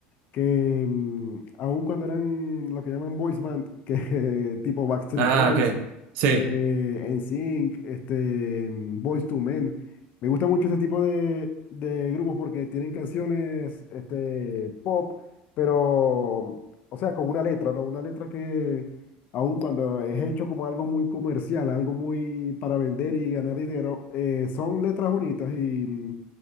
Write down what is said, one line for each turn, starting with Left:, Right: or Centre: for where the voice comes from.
Left: que mm, aun cuando eran lo que llaman boys band, que <laughs> tipo Backstreet
Right: Ah,
Left: Boys,
Right: ok. Sí.
Left: eh, NSYNC, este, mm, Boys to Men, me gusta mucho ese tipo de, de grupos porque tienen canciones este, pop, pero, o sea, con una letra, ¿no? Una letra que aun cuando es hecho como algo muy comercial, algo muy para vender y ganar dinero, eh, son letras bonitas y, mm,